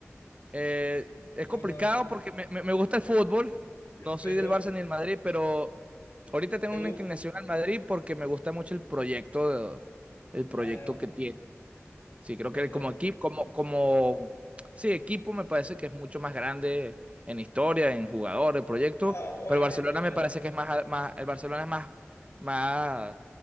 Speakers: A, on the right; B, on the left.
A: Eh, es complicado
B: O no eres el...
A: porque me, me me gusta el fútbol. No soy
B: Pero,
A: del Barça ni del Madrid, pero Ahorita tengo
B: ¿te gusta?
A: una inclinación al Madrid porque me gusta mucho el proyecto, de- el proyecto
B: Ah, ya.
A: que tiene. Sí, creo
B: Bueno,
A: que como
B: el-
A: equipo, como, como, sí, equipo me parece que es mucho más grande en historia, en jugadores, proyecto,
B: ah, obviamente,
A: pero el Barcelona
B: mira.
A: me parece que es más, más, el Barcelona es más, más,